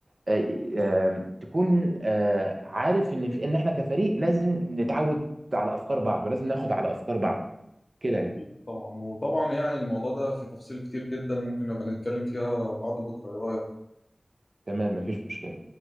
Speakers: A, on the right (about 70°); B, on the left (about 50°).
A: آه، آه، تكون آه، عارف ان في- ان احنا كفريق لازم نتعود على افكار بعض ولازم ناخد على افكار بعض كده يعني
B: اكيد طبعا وطبعا يعني الموضوع ده في تفصيل كتير جدا ممكن نبقى نتكلم فيها بعد بكره ايه رايك
A: تمام مفيش مشكله